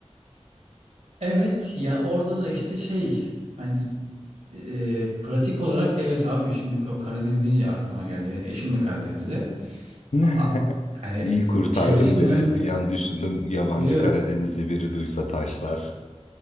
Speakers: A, on the right; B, on the left.
A: Evet ya orada da işte şey hani e, pratik olarak evet abi şimdi Ka- Karadeniz deyince aklıma geldi. Benim eşim de Karadenizli.
B: <laughs>
A: A- a- hani
B: İyi kurtardım
A: çevresinden
B: beni. Bir an düşündüm yabancı
A: yo, yo.
B: Karadenizli biri duysa taşlar.